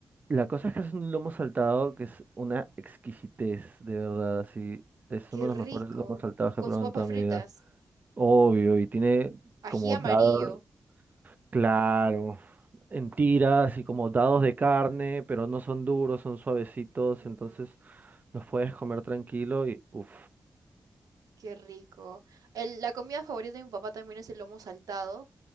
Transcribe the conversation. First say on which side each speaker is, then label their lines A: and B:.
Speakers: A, on the right (about 30°); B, on the right (about 80°).
A: la cosa es que es un lomo saltado que es una exquisitez, de verdad. Así, es
B: Qué
A: uno de
B: rico.
A: los mejores lomos saltados que
B: Con
A: he probado
B: sus papas
A: en toda
B: fritas.
A: mi vida. Obvio, y tiene como
B: Ají amarillo.
A: dados, claro, en tiras y como dados de carne, pero no son duros, son suavecitos.
B: Ujú.
A: Entonces los puedes comer tranquilo y uff.
B: Qué rico. El- la comida favorita de mi papá también es el lomo saltado,